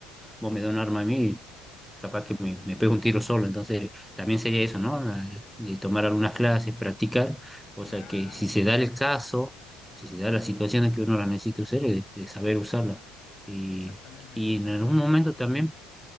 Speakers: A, in the centre; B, on the left.
A: vos me das un arma a mí capaz que me, me pego un tiro solo. Entonces, también sería eso, ¿no? La- de tomar algunas clases, practicar, cosa
B: Claro,
A: que si se da el caso, si se da la situación en que uno la necesita usar, es de, saber usarla. Y,
B: exactamente,
A: y
B: exactamente.
A: en algún momento también,